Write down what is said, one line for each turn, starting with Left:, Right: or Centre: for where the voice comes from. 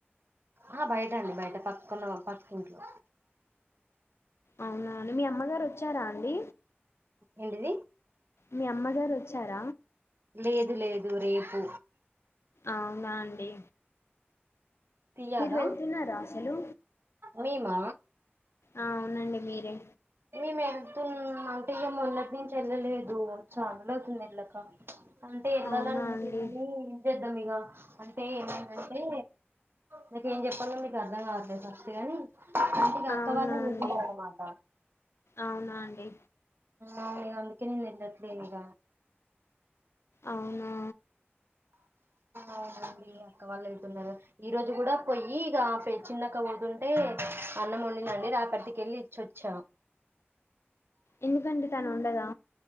Right: అహ బయట అండి, బయట పక్కన పక్కకింట్లో
Left: అవున అండి మీ అమ్మగారు వచ్చారా అండి?
Right: ఏంటిది
Left: మీ అమ్మగారు వచ్ చార
Right: లేదు లేదు రేపు
Left: అవునా అండి
Right: తీయాలా
Left: మీరు వెళ్తున్నారా అసలు?
Right: మేమా
Left: ఆ అవునండి మీరే
Right: మెమ్ అంటే ఇగ మొన్నటి నుంచి వెళ్ళలేదు చాల రోజులు అవుతుంది ఎల్లక అంటే వెళ్ళాలనీ
Left: అవునా
Right: వుంది
Left: అండి
Right: కాని ఏం చేద్దాం ఇగ అంటే ఏమైందంటే నాకు ఏం చెప్పలో మీకు అర్ధం కావట్లేదు ఫస్ట్ గాని అంటే ఇగ అక్క
Left: అవునా
Right: వాళ్ళే పోతున్నరన
Left: అండి
Right: మాట
Left: అవునా అండి
Right: ఆ ఇగ అందుకే నేను ఎల్లట్లేదు ఇగ
Left: అవునా
Right: అవునండి పక్క వాళ్ళు వెళ్తున్నారు ఈ రోజు కూడా పోయి ఇగ చిన్న అక్క పోతుంటే అన్నమొండి రాపర్తి కి వెళ్ళి ఇచ్చ వచ్చ
Left: ఎందుకండి తను వండదా